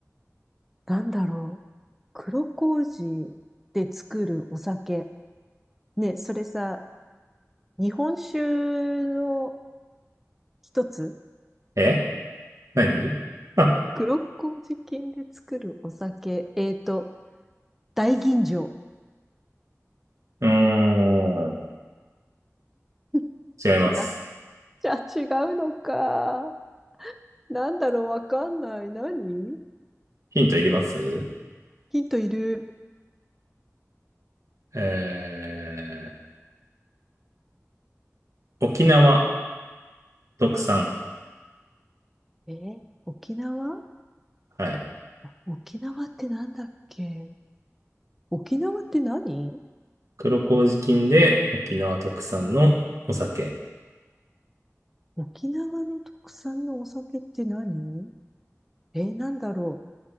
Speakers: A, in the centre; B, on the right.
A: なんだろう。黒麹で作るお酒。ね、それさ、日本酒の一つ
B: え何あ、
A: 黒麹菌で作るお酒。えーと、大吟醸。
B: <laughs> うーん。
A: <laughs>
B: 違います。
A: 違っちゃ違うのか。なんだろう、わかんない。何
B: ヒントいります
A: ヒントいる。
B: えー、沖縄特産。
A: えー沖縄
B: はい。
A: 沖縄ってなんだっけ沖縄って何
B: 黒麹菌で沖縄特産のお酒。
A: うん沖縄の特産のお酒って何えーなんだろう。